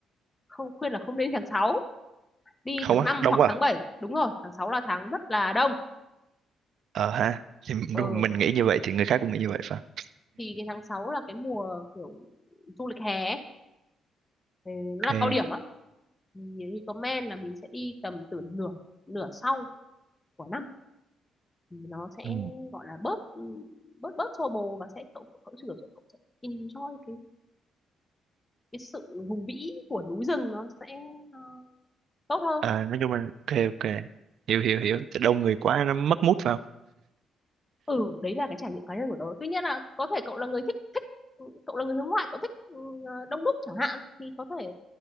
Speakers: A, on the left; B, on the right.
A: không khuyên là không nên đi tháng sáu đi
B: không
A: tháng
B: á
A: 5
B: đông
A: hoặc
B: quá
A: tháng
B: à?
A: bảy đúng rồi tháng 6 là tháng rất là đông
B: ờ ha thì m-
A: ừ.
B: đúng, mình nghĩ như vậy thì người khác cũng nghĩ như vậy phải không
A: thì cái tháng 6 là cái mùa kiểu du lịch hè ấy. thì nó
B: ok
A: là cao điểm á thì recommend là mình sẽ đi tầm từ nửa nửa sau của năm thì nó sẽ
B: ừ.
A: gọi là bớt ừ, bớt bớt xô bồ và sẽ cậu cậu cậu sẽ, cậu sẽ enjoy cái cái sự hùng vĩ của núi rừng nó sẽ ờ, tốt hơn
B: à, nói chung là ok ok hiểu hiểu hiểu Tại đông người quá nó mất mút vào
A: ừ đấy là cái trải nghiệm cá nhân của tớ tuy nhiên là có thể cậu là người thích thích ừ, cậu là người hướng ngoại cậu thích ừ, ờ, đông đúc chẳng hạn thì có thể